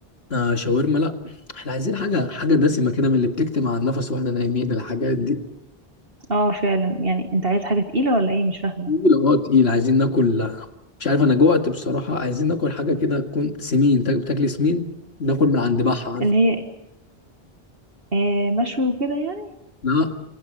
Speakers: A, on the left; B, on the right.
A: آه شاورما لا احنا عايزين حاجة حاجة دسمة كده من اللي بتكتم على النفس واحنا نايمين الحاجات دي
B: اه فعلا يعني انت عايز حاجة تقيلة ولا ايه مش فاهمة
A: تقيلة اه تقيلة عايزين ناكل مش عارف انا جوعت بصراحة عايزين ناكل حاجة كده تكون سمين تاك- بتاكل سمين ناكل من عند بحة عارف
B: اللي هي آه مشوي وكده يعني
A: لا